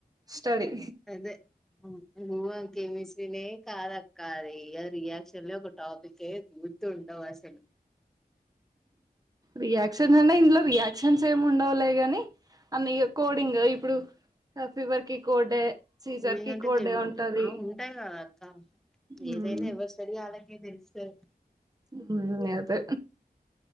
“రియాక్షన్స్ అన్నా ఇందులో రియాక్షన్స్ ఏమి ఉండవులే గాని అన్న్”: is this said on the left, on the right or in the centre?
Right